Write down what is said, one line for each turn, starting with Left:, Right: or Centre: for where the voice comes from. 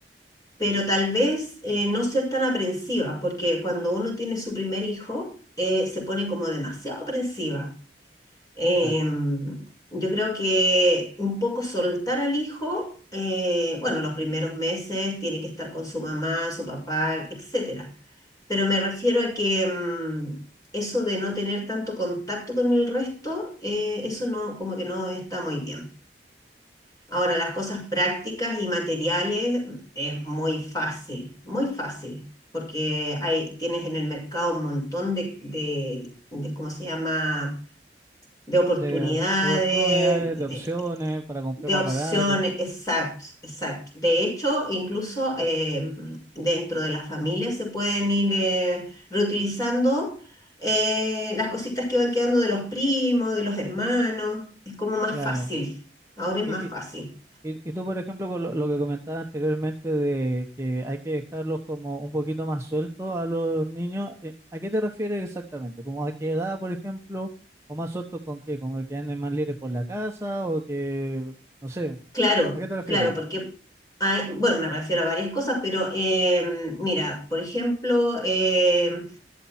Left: pero tal vez eh, no ser tan aprensiva, porque cuando uno tiene su primer hijo, eh, se pone como demasiado aprensiva. Em,
Right: Claro,
Left: yo creo que un poco soltar al hijo, eh, bueno, los primeros meses tiene que estar con su mamá, su papá, etcétera. Pero me refiero a que mm, eso de no tener tanto contacto con el resto, eh, eso no, como que no está muy bien. Ahora, las cosas prácticas y materiales mm, es muy fácil, muy fácil, porque hay, tienes en el mercado un montón de, de, de ¿cómo se llama? de oportunidades,
Right: de, de oportunidades, de opciones
Left: eh,
Right: para comprar
Left: de
Right: más
Left: opciones,
Right: barato,
Left: exacto, exacto. De hecho, incluso eh, dentro de la familia se pueden ir eh, reutilizando eh, las cositas que van quedando de los primos, de los hermanos. Es como más
Right: claro.
Left: fácil, ahora es
Right: Y,
Left: más fácil.
Right: y, y y tú, por ejemplo, con lo, lo que comentabas anteriormente de que hay que dejarlos como un poquito más sueltos a los niños, eh, ¿a qué te refieres exactamente? ¿Como a qué edad, por ejemplo? ¿O más sueltos con qué? ¿Con el que anden más libres por la casa? ¿O que, no sé,
Left: Claro,
Right: ¿a qué te refieres?
Left: claro, porque, hay- bueno, me refiero a varias cosas, pero eh, mira, por ejemplo, eh,